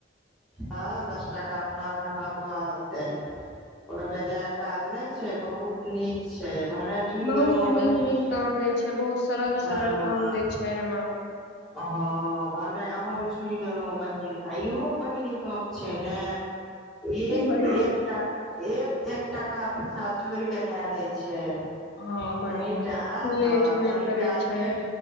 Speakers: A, in the centre; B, on the left (about 60°).
A: हँ दस टाका अपना आरके हाथ मे हेतै कोनो बेजाय काज नहि छै बहुत नीक छै भने जुर
B: बहुत
A: गेलहु बहिन
B: नीक नीक काम दै बहुत सरल सरल
A: हँ
B: काम देय छै एहिमे
A: हँ भने अहूँ जुड़ि गेलहुँ बहिन आ इहो बहिन ई गप छै ने एक
B: की बहिन
A: एकटा एक एक टाका पैसा जोड़ि के दए दै छै
B: हँ बहिन
A: तनिटा
B: लेट
A: हँ
B: नहि
A: तनिटा
B: करै छै
A: लेट